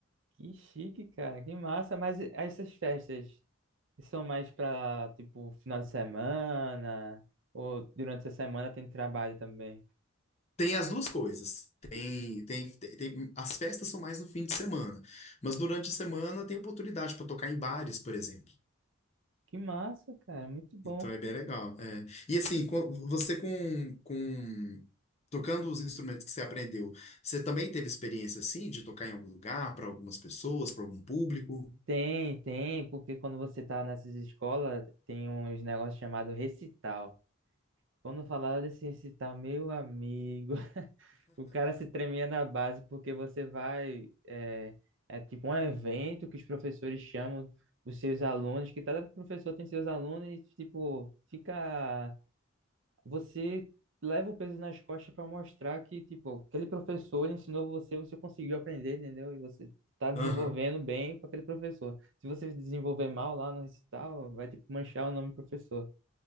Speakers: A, on the right; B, on the left.
A: Que chique, cara. Que massa. Mas e- essas festas? E são mais pra, tipo, final de semana, ou durante essa semana tem trabalho também.
B: Tem as duas coisas. Tem, tem, tem, tem- as festas são mais no fim de semana, mas durante a semana tem oportunidade para tocar em bares, por exemplo.
A: Que massa, cara, muito bom.
B: Então é bem legal. é. E assim, co- você com, com tocando os instrumentos que você aprendeu, você também teve experiência assim de tocar em algum lugar, para algumas pessoas, para algum público?
A: Tem, tem, porque quando você tá nessas escolas, tem uns negócios chamados recital. Quando falaram desse recital, meu amigo, <laughs> o cara se tremia na base, porque você vai, é, é tipo um evento que os professores chamam os seus alunos, que cada professor tem seus alunos, e, tipo, fica você leva o peso nas costas para mostrar que, tipo, aquele professor ele ensinou você, você conseguiu aprender, entendeu? E você tá desenvolvendo
B: Aham.
A: bem com aquele professor. Se você desenvolver mal lá no recital, vai, tipo, manchar o nome do professor.